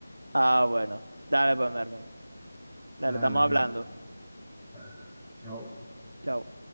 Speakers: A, on the right; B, in the centre.
A: Ah, bueno. Dale pues, Mervin. Dale,
B: Dale,
A: estamos
B: mijo,
A: hablando.
B: dale, dale. Chao.
A: Chao.